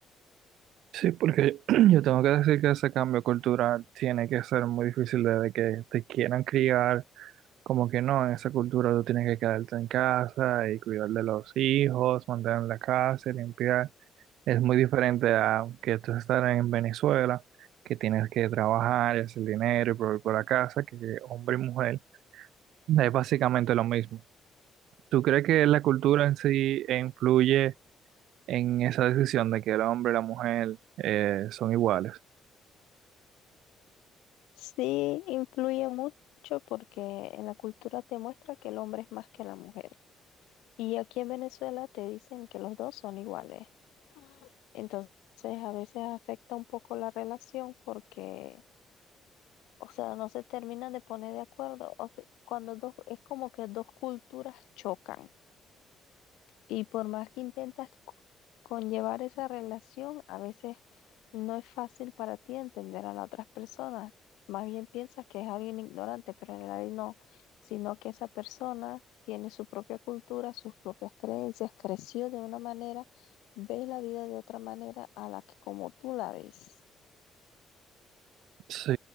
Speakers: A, on the right (about 75°); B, on the left (about 80°).
A: Sí, porque <clears throat> yo tengo que decir que ese cambio cultural tiene que ser muy difícil desde que te quieran criar Como que no, en esa cultura tú tienes que quedarte en casa y cuidar de los hijos, mantener la casa, limpiar. Es muy diferente a que tú estar en Venezuela, que tienes que trabajar y hacer dinero y proveer por la casa, que hombre y mujer es básicamente lo mismo. ¿Tú crees que la cultura en sí influye en esa decisión de que el hombre y la mujer eh, son iguales?
B: Sí, influye mucho porque en la cultura te muestra que el hombre es más que la mujer. Y aquí en Venezuela te dicen que los dos son iguales. Entonces a veces afecta un poco la relación porque, o sea, no se terminan de poner de acuerdo. O sea, cuando dos, es como que dos culturas chocan. Y por más que intentas co- conllevar esa relación, a veces no es fácil para ti entender a las otras personas. Más bien piensas que es alguien ignorante, pero en realidad no, sino que esa persona tiene su propia cultura, sus propias creencias, creció de una manera, ve la vida de otra manera a la que como tú la ves.
A: Sí,